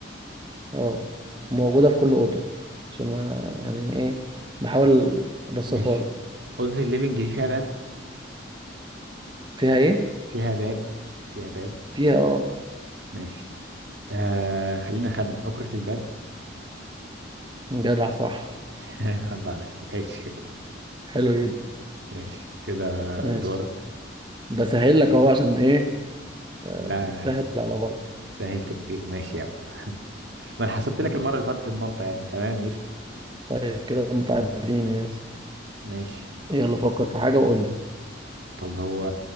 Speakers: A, on the right (about 25°); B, on the right (about 65°).
A: اه موجودة في كل أوضة عشان أنا يعني ايه بحاول ابسطها
B: ماشي
A: لك
B: أوضة الليفينج دي فيها باب
A: فيها ايه
B: فيها باب فيها باب
A: فيها اه
B: ماشي آه خلينا أخمن أكرة الباب
A: جدع صح
B: <laughs> الله عليك ماشي
A: حلو جدا
B: ماشي كده
A: ماشي
B: دورك
A: بسهل لك اهو عشان ايه آه،
B: لا
A: نسهل على بعض
B: سهلت كتير ماشي يا عم ما أنا حسبت
A: ماشي.
B: لك المرة اللي فاتت النقطة يعني تمام قشطة
A: طيب كده متعادلين يا ياسر.
B: ماشي
A: يلا فكر في حاجة وقول لي
B: طب هو